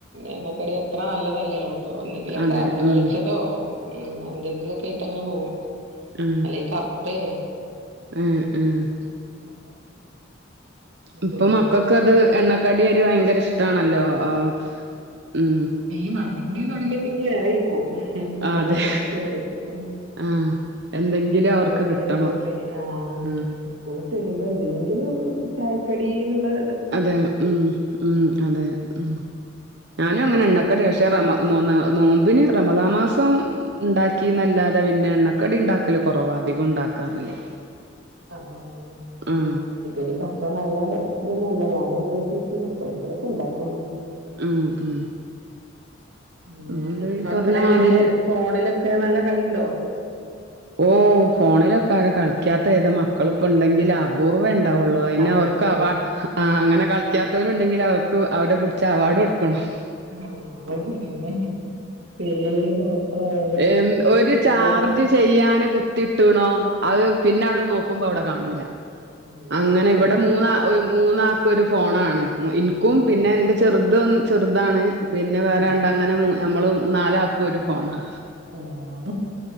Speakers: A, on the right (about 85°); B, on the right (about 60°).
A: എണ്ണക്കടി എത്ര നല്ലതല്ലേല്ലോ അപ്പൊ എന്തെങ്കിലൊക്കെ
B: അതെ
A: അവ്‌ല് വേവിച്ചതോ.
B: ഉം
A: ഉം അങ്ങനെ എന്തെങ്കിലൊക്കെ ആയിട്ട് അങ്ങനെ പോകും.
B: ആഹ്
A: ഇല്ലെയ് കപ്പേ
B: ഉം ഉം
A: <inaudible> പിന്നെ
B: ഇപ്പം മക്കക്ക് ഇത് എണ്ണക്കടി ഒര് ഭയങ്കര ഇഷ്ടാണല്ലോ ആഹ് ഉം
A: ഈ മഴയും കുടിം തുടങ്ങിയ പിന്നെ വേറെ ഇരിക്കും പിന്നെ
B: ആ
A: എണ്ണ
B: അതെ
A: കടിക്ക്ള്ളത് <unintelligible>
B: ആ എന്തെങ്കിലും
A: സ്കൂളിട്ട്
B: അവർക്ക് കിട്ടണം
A: വരുമ്പോഴൊക്കെ ആഹ്
B: ഉം
A: ഇസ്കൂട്ട് വരുമ്പോ എന്തെങ്കിലും ചായക്കടീന്ന്ള്ളെ
B: അതെ ഉം ഉം അതെ ഉം ഞാനും
A: പിന്നെ
B: അങ്ങനെ എണ്ണക്കടി പക്ഷേ റമ നോന്ന നോമ്പിന് റമാളമാസം ഉണ്ടാക്കി എന്നല്ലാതെ പിന്നെ എണ്ണ ക്കടി ഉണ്ടാക്കില്ല കുറവ അധികം ഉണ്ടാക്കാറില്ലേ
A: ആഹ് ആഹ്
B: ഉം
A: ടി പത്ര നല്ല ഇതന്നല്ല ഞാനും അത ഉപോഗിക്ക എപ്പോഴെങ്കിലുംക്കെ ഉണ്ടാക്കുള്ളൂ
B: ഉം ഉം
A: പിന്നെ
B: മ്മള് ഈ
A: മക്കള
B: പറഞ്ഞ
A: എങ്ങനെ
B: മാതിരി
A: ഫോണിലൊക്കെ നല്ല കളിണ്ടോ
B: ഓ ഫോണിലൊക്കെ ആര കളിക്കാത്ത ഏദ മക്കാ മക്കളിപ്പം ഉണ്ടെങ്കിൽ അപൂർവ്വം ഉണ്ടാവുള്ളൂ അതിന്
A: അതെ
B: അവർക്ക് അങ്ങനെ കളിക്കാത്തവരു ഉണ്ടെങ്കിൽ അവർക്ക് അവരെ പിടിച്ച അവാർഡ് കൊടുക്കണം
A: ആഹ് അഹ് ശരിയെന്നെ പേത് മക്കലാണേലും
B: എൻ ഒരു ചാർജ്
A: ഓൾ
B: ചെയ്യാന് കുത്തിട്ടുണോ അത് പിന്നെ അവിടെ നോക്കുമ്പോ അവിടെ കാണൂല
A: ഉം
B: അങ്ങനെ
A: അതെ
B: ഇവിടെ മൂന്ന മൂന്നാാക്ക ഒരു ഫോണാണ് ഇനിക്കും
A: ഉം
B: പിന്നെ എന്റെ ചെറുത ചെറുതാണ് പിന്നെ വേറെണ്ട
A: ഉം
B: അങ്ങനെ നമ്മള് നാല ആക്കും ഒരു ഫോണാ
A: ആഹ്